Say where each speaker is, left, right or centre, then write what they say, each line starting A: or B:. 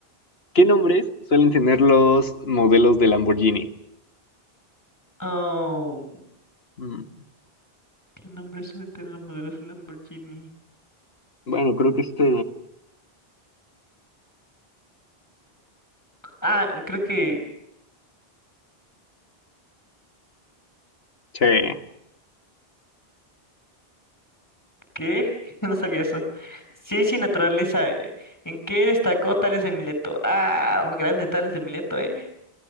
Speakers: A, on the left; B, on the left.
A: ¿Qué nombres suelen tener los modelos de Lamborghini?
B: Oh,
A: Mm,
B: ¿qué nombres suelen tener los modelos Lamborghini?
A: Bueno, creo que este...
B: Ah, creo que...
A: Che,
B: ¿Qué? <laughs> No sabía eso. Ciencia y naturaleza. eh. ¿En qué destacó Tales de Mileto? Ah, grande Tales de Mileto, ¿eh?